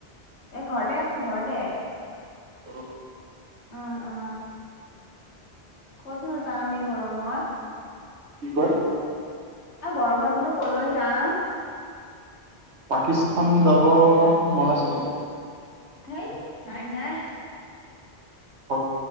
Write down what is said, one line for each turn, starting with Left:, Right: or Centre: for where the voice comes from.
Left: এ ঘৰতে আছো ঘৰতে।
Right: অ
Left: অ অ। ক'তনো যাম এই গৰমত
Right: কি কয়
Left: আ গৰমত বোলো কলৈ যাম
Right: পাকিস্তান যাব মন আছে নেকি
Left: হেই নাই নাই
Right: হক